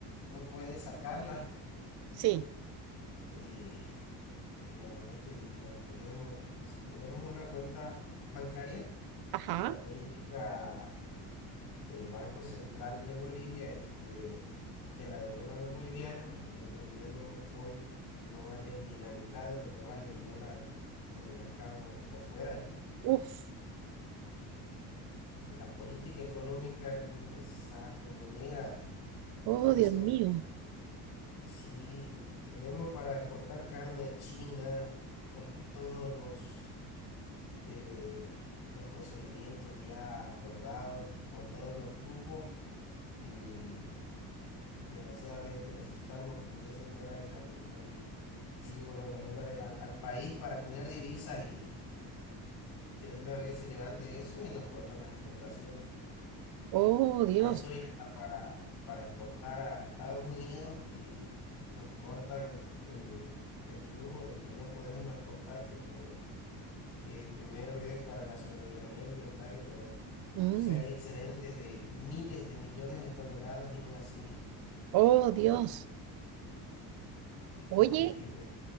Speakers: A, on the left; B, on the right.
A: no puedes sacarla.
B: sí.
A: Eh, no, ya te digo, tenemos, si tenemos una cuenta bancaria,
B: Ajá.
A: la política del Banco Central de Bolivia es que te la devuelvan en boliviano y el boliviano hoy no vale ni la mitad de lo que vale el dólar en, en el mercado por fuera. ¿no?
B: Uf.
A: La política económica es un desastre, mi amiga.
B: Oh,
A: Por eso,
B: Dios mío.
A: sí, tenemos para exportar carne a China con todos los, eh, los procedimientos ya acordados, con todos los cupos y desgraciadamente necesitamos que ingresen dólares al, al y sigo con los dólares al, al país para tener divisas y, y, y que de una vez se levante eso y nos cortan las exportaciones.
B: Oh, Dios.
A: Hay soya hasta para, para exportar a Estados Unidos y nos cortan el, el flujo de que no podemos exportar, que, por, que primero es para la soberanía alimentaria, pero
B: Mm.
A: o sea, hay excedentes de miles de millones de toneladas y aún así
B: Oh, Dios. Oye,
A: es terrible.